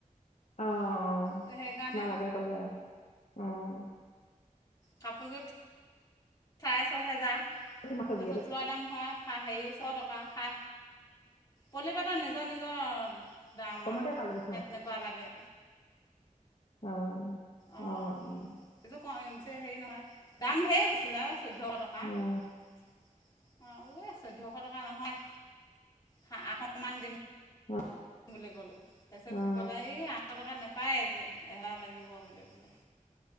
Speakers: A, on the left; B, on the left.
A: অ অ
B: সেইকাৰণে
A: নালাগে ক'লে আৰু অ
B: কপোগত চাৰে ছহেজাৰ তাৰপিছত
A: কিমান চলি আছে
B: লোৱা দাম হয় া হেৰি ছ টকা খা পলিপটোৰ নিজৰ নিজৰ দাম
A: কমতে
B: আৰু
A: পালিচোন
B: কেনেকুৱা লাগে
A: আহ অ',
B: অঁ
A: অ'।
B: এইযোৰ ক বেছি হেৰি নহয় দাম ঢেৰ কৈছিলে চৈধ্যশ টকা। অ'
A: অঁ
B: বোলো চৈধ্যশ টকা নহয় হা আশমান দিম।
A: অঁ
B: বুলি ক'লো তাৰপিছত
A: অঁ
B: ক'ললে এই এশ টকা নাপায় এযোৰ এহে লাগিব বুলি বোলে